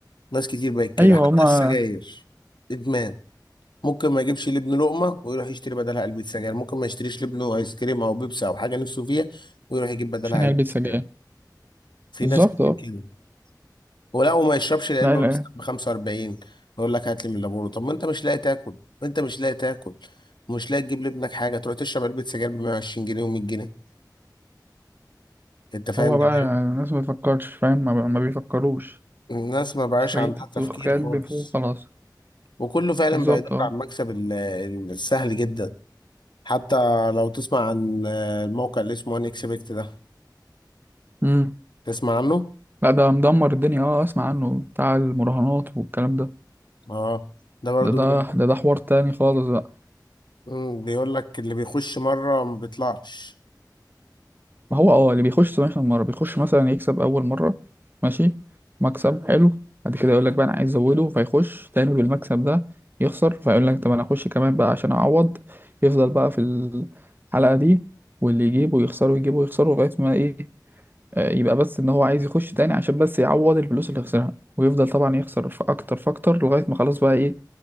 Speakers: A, on the left; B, on the right.
A: ناس كتير بقت كده
B: أيوه
A: حتى
B: هما
A: السجاير ادمان ممكن ما يجيبش لابنه لقمه ويروح يشتري بدلها علبه سجاير ممكن ما يشتريش لابنه ايس كريم او بيبسي او حاجه نفسه فيها ويروح يجيب بدلها
B: عشان
A: علبه
B: علبة
A: سجاير
B: سجاير
A: في
B: بالظبط
A: ناس كتير
B: اه
A: كده ولا وما يشربش العلبه
B: لا لا
A: مثلا ب 45 يقول لك هات لي من لابورو طب ما انت مش لاقي تاكل انت مش لاقي تاكل ومش لاقي تجيب لابنك حاجه تروح تشرب علبه سجاير ب 120 جنيه و100 جنيه انت فاهم
B: هو
A: دماغي
B: بقى الناس ما بتفكرش فاهم ما, ما بيفكروش
A: الناس ما بقاش
B: شوية
A: عندها تفكير
B: الدخان
A: خالص
B: بيفوق خلاص
A: وكله فعلا
B: بالظبط
A: بقى يدور
B: اه
A: على المكسب ال- السهل جدا حتى لو تسمع عن الموقع اللي اسمه ان اكسبكت ده
B: امم
A: تسمع عنه
B: لا ده مدمر الدنيا اه اسمع عنه بتاع المراهنات والكلام ده
A: اه ده برضو
B: ده ده
A: بيقول
B: ده, ده حوار تاني خالص بقى
A: مم، بيقول لك اللي بيخش مرة ما بيطلعش
B: ما هو اه اللي بيخش 17 مرة بيخش مثلا يكسب أول مرة ماشي مكسب حلو بعد كده يقول لك بقى أنا عايز أزوده فيخش تاني بالمكسب ده يخسر فيقول لك طب أنا أخش كمان بقى عشان أعوض يفضل بقى في الحلقة دي واللي يجيبه يخسره يجيبه يخسره لغاية ما إيه آه، يبقى بس إن هو عايز يخش تاني عشان بس يعوض الفلوس اللي خسرها ويفضل طبعا يخسر في أكتر فأكتر لغاية ما خلاص بقى إيه